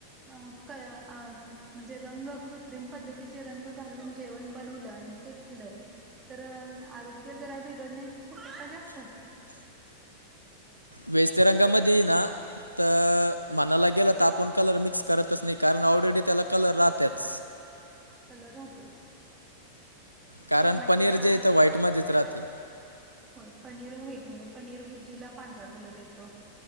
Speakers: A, on the right; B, on the right.
A: बाक्काया आम म्हणजे रंग कृत्रिम पद्धतीचे रंग घालून जेवण बनवलं आणि ते खाल्लं तर आरोग्य जरा बिघडण्याची शक्यता जास्
B: व्हेज तीरंगामध्ये ना तर म्हणाला गेलं तर आपण कलर मिक्स करतच नाही कारण ऑलरेडी त्याला कलर राहत्याच.
A: कलर राहतोच.
B: कारण
A: टोमॅटोचा
B: पनीर जे इथं व्हाईटमध्येच राहतय.
A: होय पनीर व्हाईटमध्ये पनीर भुर्जीला पांढरा कलर येतो.